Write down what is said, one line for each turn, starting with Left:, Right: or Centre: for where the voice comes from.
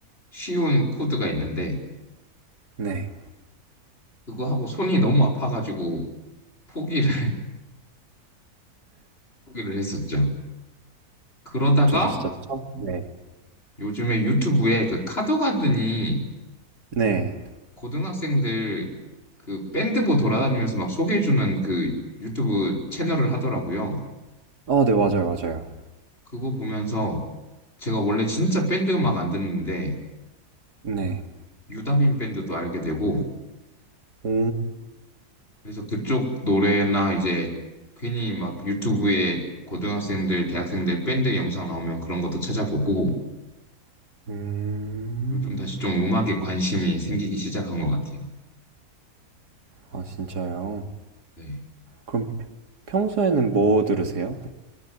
Left: 쉬운 코드가 있는데,
Right: 네.
Left: 그거 하고 손이 너무 아파가지고 포기를 포기를 했었죠. 그러다가
Right: 저도 진짜 처음, 네.
Left: 요즘에 유튜브에 그 카더가든이
Right: 네.
Left: 고등학생들 그 밴드부 돌아다니면서 막 소개해주는 그 유튜브 채널을 하더라고요.
Right: 아, 네, 맞아요, 맞아요.
Left: 그거 보면서 제가 원래 진짜 밴드 음악 안 듣는데
Right: 네.
Left: 유다빈 밴드도 알게 되고
Right: 오,
Left: 그래서 그쪽 노래나 이제 괜히 막 유튜브에 고등학생들, 대학생들 밴드 영상 나오면 그런 것도 찾아보고
Right: 음,
Left: 요즘 다시 좀 음악에 관심이 생기기 시작한 것 같아요.
Right: 아, 진짜요?
Left: 네.
Right: 그럼 평소에는 뭐 들으세요?